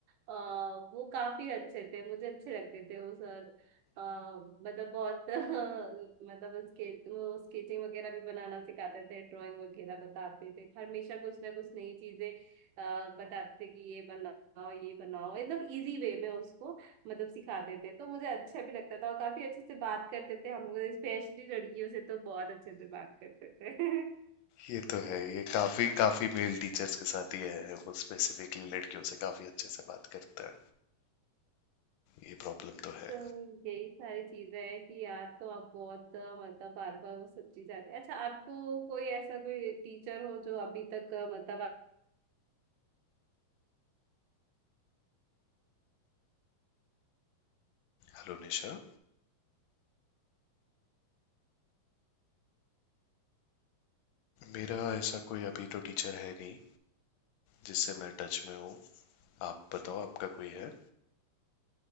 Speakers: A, on the right; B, on the left.
A: अ, वो काफी अच्छे थे मुझे अच्छे लगते थे वो सर अ, मतलब बहुत <laughs> मतलब उसके वो स्केचिंग वगैरह भी बनाना सिखाते थे ड्राइंग वगैरह बताते थे हमेशा कुछ ना कुछ नई चीजें अ, बताते थे कि ये बनाओ ये बनाओ एकदम इजी वे में उसको मतलब सिखा देते तो मुझे अच्छा भी लगता था और काफी अच्छे से बात करते थे हम लोग स्पेशली लड़कियों से तो बहुत अच्छे से बात करते थे <laughs>
B: ये तो है ये काफी काफी मेल टीचर्स के साथ ही है वो स्पेसिफिकली लड़कियों से काफी अच्छे से बात करता है ये प्रॉब्लम तो है
A: तो यही सारी चीजें हैं कि यार तो आप बहुत अ, मतलब बार बार वो सब चीज आती है अच्छा आपको कोई ऐसा कोई टीचर हो जो अभी तक अ, मतलब
B: हेलो निशा मेरा ऐसा कोई अभी तो टीचर है नहीं जिससे मैं टच में हूँ आप बताओ आपका कोई है